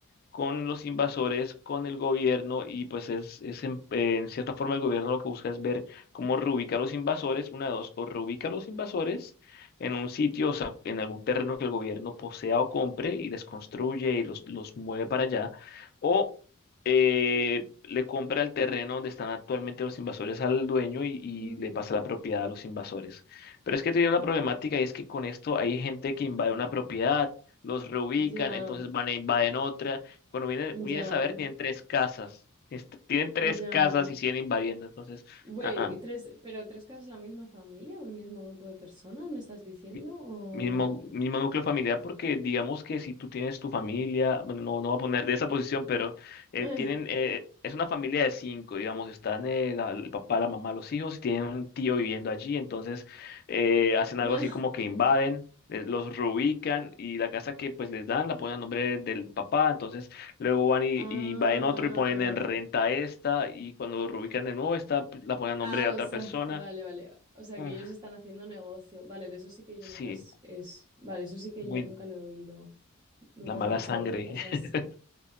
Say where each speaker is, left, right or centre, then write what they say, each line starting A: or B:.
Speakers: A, on the left; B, on the right.
A: con los invasores, con el gobierno, y pues es, es en, en cierta forma el gobierno lo que busca es ver cómo reubica a los invasores, una de dos, o reubica a los invasores en un sitio, o sea, en algún terreno que el gobierno posea o compre y les construye y los, los mueve para allá, o eh, le compra el terreno donde están actualmente los invasores al dueño y, y
B: Mm,
A: le pasa la propiedad a los invasores. Pero es que tiene una problemática y es que con esto hay gente que invade una propiedad, los reubican,
B: Ya,
A: entonces van e invaden otra. Cuando viene,
B: ya,
A: vienes a ver, tienen tres casas. Est- Tienen tres
B: ya.
A: casas y siguen invadiendo. Entonces,
B: Güey,
A: ah, ah.
B: tres, pero tres casas la misma familia o el mismo grupo de personas, ¿me estás diciendo?
A: mi-
B: O...
A: Mismo, mismo núcleo familiar, porque digamos que si tú tienes tu familia, bueno, no, no voy a poner de esa posición, pero eh,
B: Eh,
A: tienen, eh, es una familia de cinco, digamos, están eh, la- el papá, la mamá, los hijos, y tienen un tío viviendo allí, entonces eh,
B: <laughs>
A: hacen algo
B: no.
A: así como que invaden, eh, los reubican y la casa que pues les dan la ponen a nombre del papá, entonces luego van y,
B: Ah,
A: y invaden otro y ponen en renta esta, y cuando lo reubican de nuevo, esta pues, la ponen a nombre
B: ah,
A: de otra
B: o sea,
A: persona.
B: vale, vale. O sea,
A: Uf,
B: que ellos están haciendo negocio. Vale, de eso sí que yo
A: sí,
B: nunca es, es- Vale, eso sí que
A: muy,
B: yo nunca lo he oído. Nunca
A: La
B: he escuchado
A: mala sangre.
B: de un caso así.
A: <laughs>